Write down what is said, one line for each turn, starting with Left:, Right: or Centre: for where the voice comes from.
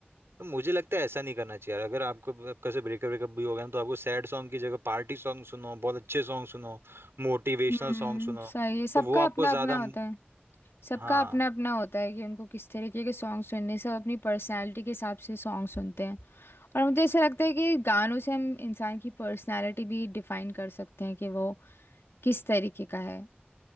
Right: तो मुझे लगता है ऐसा नहीं करना चाहिए यार। अगर आपको आपका से ब्रेकअप ब्रेकअप भी हो गया ना, तो आपको सैड सॉन्ग की जगह पार्टी सॉन्ग सुनो बहुत अच्छे सॉन्ग सुनो मोटिवेशनल
Left: हम्म
Right: सॉन्ग सुनो
Left: सही है सबका
Right: तो वो आपको
Left: अपना
Right: ज्यादा
Left: अपना होता है सबका
Right: हाँ
Left: अपना अपना होता है कि उनको किस तरीके के सॉन्ग सुनने हैं। सब अपनी पर्सनालिटी के हिसाब से सॉन्ग सुनते हैं और मुझे ऐसा लगता है कि गानों से हम इंसान की पर्सनालिटी भी डिफाइन कर सकते हैं कि वो किस तरीके का है